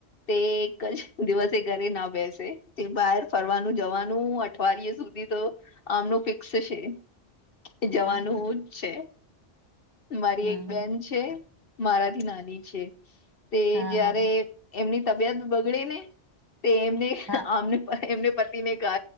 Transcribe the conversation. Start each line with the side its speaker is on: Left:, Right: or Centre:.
Left: તે એક જ દિવસે ઘરે ના બેસે તે બહાર ફરવાનું જવાનું અઠવાડિયે સુધી તો આમનું ફિક્સ છે જવાનું
Right: હા
Left: જ છે. મારી
Right: હમ
Left: એક બેન છે મારાથી નાની છે તે
Right: હા
Left: જ્યારે
Right: હા
Left: એમની તબિયત બગડે ને તે એમને
Right: હા
Left: આમને એમને પતિને કહે